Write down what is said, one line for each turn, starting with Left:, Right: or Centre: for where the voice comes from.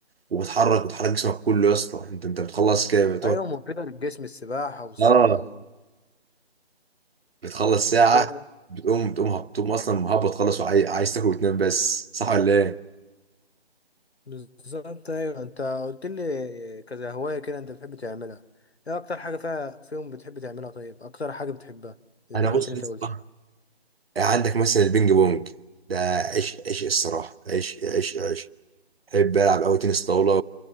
Right: وبتحرك بتحرك جسمك كله يا اسطى انت انت بتخلص كده بتقعد
Left: أيوه مفيدة للجسم السباحة والصحة
Right: اه
Left: و...
Right: بتخلص ساعة
Left: آه،
Right: بتقوم بتقوم هب- بتقوم أصلا مهبط خالص وعايز تاكل وتنام بس صح ولا إيه؟
Left: بالظبط أيوه أنت قلت لي كذا هواية كده أنت بتحب تعملها إيه أكتر حاجة فيها فيهم بتحب تعملها طيب أكتر حاجة بتحبها الهوايات
Right: أنا بص
Left: اللي
Right: يا
Left: أنت
Right: اسطى
Left: قلتها
Right: عندك مثلا البينج بونج ده عيش عيش الصراحة عيش عيش عيش بحب ألعب أوي تنس طاولة